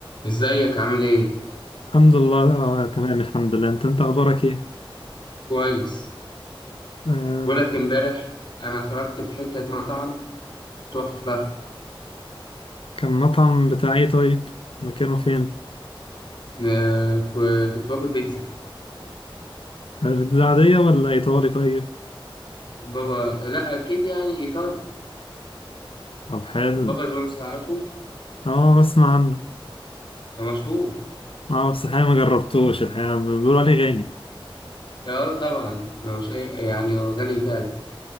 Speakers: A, on the left (about 55°); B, on the left (about 75°).
A: ازيك عامل ايه
B: الحمد لله آه، تمام الحمد لله انت انت اخبارك ايه
A: كويس
B: آه،
A: بقولك امبارح انا خرجت في حته مطعم تحفه
B: كان مطعم بتاع ايه طيب مكانه فين
A: آه، كو- كنت باكل بيتزا
B: آه، ده عادية ولا ايطالي طيب
A: بابا لا اكيد يعني ايطالي
B: طب حلو
A: بابا جونز عارفه
B: اه بسمع عنه
A: ده مشهور
B: اه بس الحقيقة ما جربتوش الحقيقة بيقولوا عليه غالي
A: اه طبعا لو مش اي يعني هو غالي فعلا